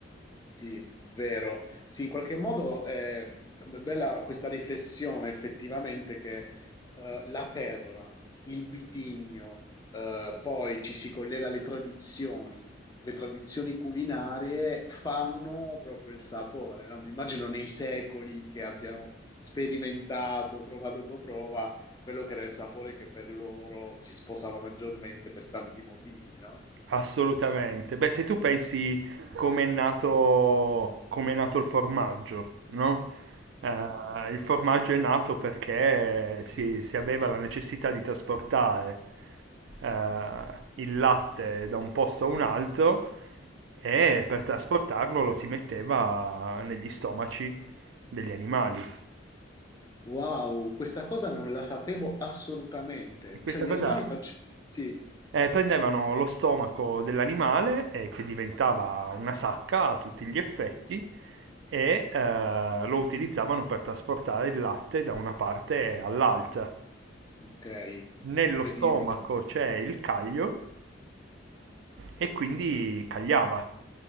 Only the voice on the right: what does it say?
Assolutamente. Beh, se tu pensi come è nato, come è nato il formaggio, no? Eh, il formaggio è nato perché si, si aveva la necessità di trasportare eh, il latte da un posto a un altro e per trasportarlo lo si metteva negli stomaci degli animali.
E questa
cosa
Eh, prendevano lo stomaco dell'animale, eh, che diventava una sacca a tutti gli effetti,
e eh, lo utilizzavano per trasportare il latte da una parte all'altra.
Nello
stomaco c'è il caglio e quindi cagliava.